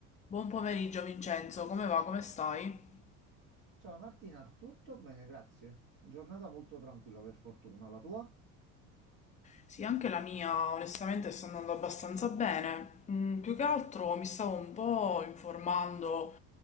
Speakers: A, on the left; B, on the right.
A: Buon pomeriggio Vincenzo, come va? Come stai?
B: Ciao Martina, tutto bene, grazie. Giornata molto tranquilla per fortuna, la tua?
A: Sì, anche la mia onestamente sta andando abbastanza bene. Mm, più che altro mi stavo un po' informando